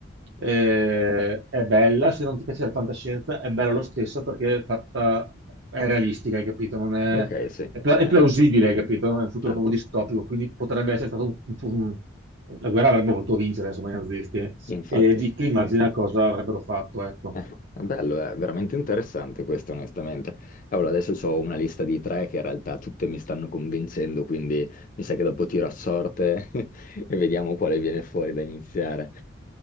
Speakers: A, on the right; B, on the left.
A: eh, è bella, se non ti piace la fantascienza, è bella lo stesso perché è fatta, è realistica, hai capito? Non è,
B: Ok, sì,
A: è pla-
B: non
A: è
B: è-
A: plausibile, hai capito? Non È un futuro
B: certo.
A: proprio distopico, quindi potrebbe essere stato un, un- un- la guerra avrebbe potuto vincere, insomma, i nazisti.
B: Infatti,
A: E Vicky immagina cosa avrebbero fatto, ecco.
B: eh, è bello, è veramente interessante questo, onestamente. Allora, adesso ho una lista di tre che in realtà tutte mi stanno convincendo, quindi mi sa che dopo tiro a sorte <laughs> e vediamo quale viene fuori da iniziare.